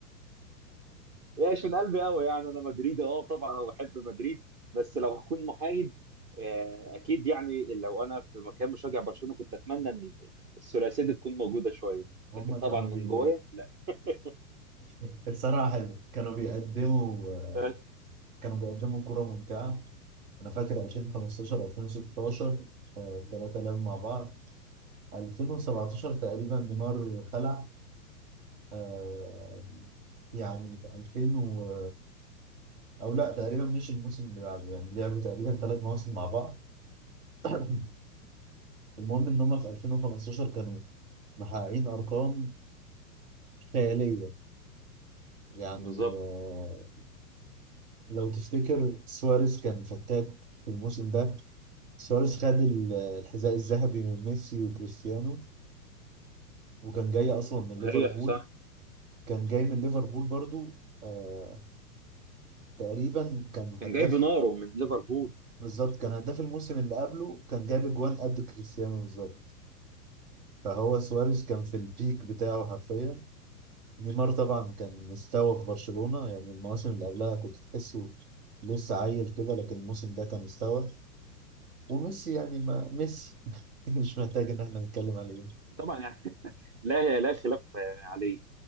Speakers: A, on the right; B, on the right.
A: يعيش من قلبي قوي يعني انا مدريدي اه طبعا انا بحب مدريد بس لو هكون محايد آه، اكيد يعني لو انا في مكان مشجع برشلونه كنت اتمنى ان الثلاثيه دي تكون موجوده شويه
B: هما
A: لكن طبعا
B: كانوا
A: من
B: بي
A: جوايا لا <laughs>
B: <laughs> الصراحة حلو كانوا بيقدموا
A: أيوة،
B: كانوا بيقدموا كرة ممتعة أنا فاكر 2015 2016 آه، التلاتة لعبوا مع بعض 2017 تقريبا نيمار خلع آه، يعني في 2000 و او لا تقريبا مش الموسم اللي بعده يعني لعبوا تقريبا ثلاث مواسم مع بعض <clears throat> المهم ان هم في 2015 كانوا محققين ارقام خياليه يعني
A: بالظبط
B: آه، لو تفتكر سواريز كان فتاك في الموسم ده سواريز خد ال- الحذاء الذهبي من ميسي وكريستيانو وكان جاي اصلا من
A: صحيح
B: ليفربول
A: صح
B: كان جاي من ليفربول برضو آه تقريبا كان هداف
A: كان جايب ناره من ليفربول
B: بالظبط كان هداف الموسم اللي قبله كان جايب اجوان قد كريستيانو بالظبط فهو سواريز كان في البيك بتاعه حرفيا نيمار طبعا كان مستوى في برشلونة يعني المواسم اللي قبلها كنت تحسه لسه عيل كده لكن الموسم ده كان مستوى وميسي يعني ما ميسي <laughs> مش محتاج ان احنا نتكلم عليه
A: طبعا يعني <laughs> لا لا خلاف آه، عليه